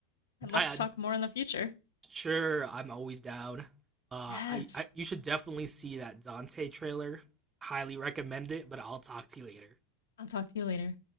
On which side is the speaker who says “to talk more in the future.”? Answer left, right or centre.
Left